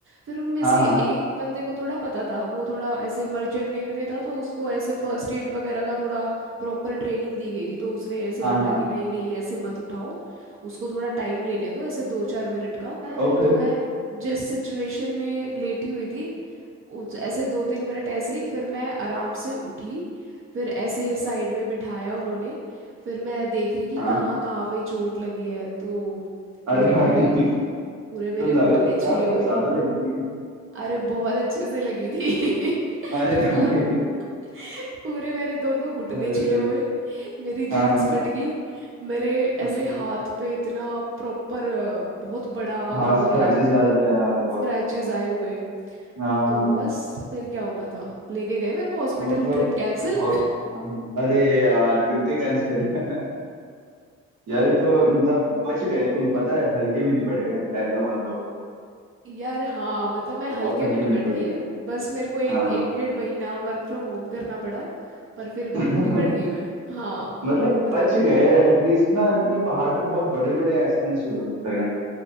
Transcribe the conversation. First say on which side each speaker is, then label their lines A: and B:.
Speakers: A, on the right; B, on the right.
A: फिर उनमें
B: हाँ
A: से
B: हाँ
A: एक बंदे को थोड़ा पता था वो थोड़ा ऐसे मर्चेंट नेवी में था तो उसको ऐसे फर्स्ट एड वगैरह का थोड़ा प्रॉपर ट्रेनिंग दी गई थी तो उसने ऐसे
B: हाँ
A: बोला
B: हाँ
A: कि नहीं नहीं ऐसे मत उठाओ उसको थोड़ा टाइम लेने दो ऐसे दो चार मिनट का
B: ओके
A: तो मैं जिस सिचुएशन में लेटी हुई थी उस- ऐसे दो तीन मिनट ऐसे ही फिर मैं आराम से उठी फिर ऐसे साइड में बिठाया उन्होंने फिर मैं देख रही कि
B: हाँ
A: कहाँ कहाँ पे चोट लगी है तो
B: अरे
A: मेरे
B: भाई
A: पूरे पूरे मेरे
B: तो लगा
A: घुटने
B: था
A: छिले
B: क्या मतलब
A: हुए
B: ज्यादा लगी थी
A: अरे बहुत अच्छे से लगी थी <laughs>
B: अरे
A: मतलब
B: भाई
A: पूरे मेरे दोनों घुटने
B: अरे
A: छिले हुए मेरी
B: हाँ
A: जीन्स
B: हाँ
A: फट गई मेरे
B: अच्छा
A: ऐसे हाथ पे इतना प्रॉपर बहुत बड़ा वही
B: हाँ स्क्रैचेस आ जाते हैं यार बहुत
A: स्क्रैचेस आए हुए
B: हाँ हाँ
A: तो
B: हाँ।
A: बस फिर क्या होना था लेके गए मेरे को हॉस्पिटल
B: तो मतलब
A: ट्रिप कैंसिल
B: हॉस हाँ हाँ। अरे यार ट्रिप ही कैंसिल <laughs> यार ये तो
A: <laughs>
B: मतलब बच गए तुम पता है हल्के में निपट गए ऐसा मान लो
A: यार हाँ मतलब मैं
B: बहुत
A: हल्के
B: हल्के
A: में निपट
B: में निपट
A: गई
B: गए
A: बस मेरे को एक
B: हाँ
A: एक डेढ़ महीना वर्क फ्रॉम होम करना पड़ा पर फिर भी
B: <laughs>
A: निपट गई मैं हाँ
B: मतलब
A: मतलब
B: बच गए एटलीस्ट ना क्योंकि पहाड़ पे बहुत बड़े बड़े एक्सीडेंट्स हो जाते हैं